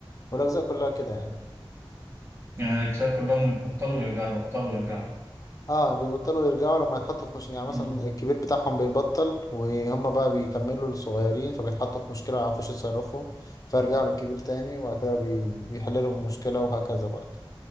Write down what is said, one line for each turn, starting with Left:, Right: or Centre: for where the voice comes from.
Left: والأجزاء كلها كده يعني
Right: يعني الاجزاء كلهم يبطلوا ويرجعوا يبطلوا ويرجعوا
Left: اه بيبطلوا يرجعوا لما يتحطوا في مش... يعني مثلا
Right: مم.
Left: الكبير بتاعهم بيبطل وهم بقى بيكملوا للصغيرين فبيتحطوا في مشكلة ما يعرفوش يتصرفوا فيرجعوا للكبير تاني وبعد كده بي... بيحللوا المشكلة وهكذا بقى